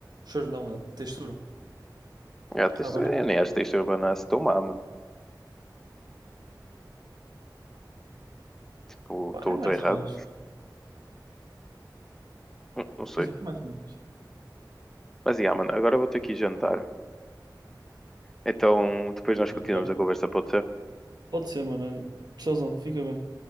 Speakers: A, on the right; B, in the centre.
A: O cheiro não, a textura.
B: É, a textura,
A: A banana.
B: eu nem acho a textura banana assim tão má, mano. Tipo,
A: Pá,
B: estou
A: é mais
B: errado.
A: ou menos.
B: Não, não sei.
A: Pois é, é mais ou menos.
B: Mas, yeah, mano, agora eu vou ter que ir jantar. Então, depois nós
A: Sim.
B: continuamos
A: Ah,
B: a conversa, pode ser?
A: Pode ser, mano. olha. Tchauzão, fica bem.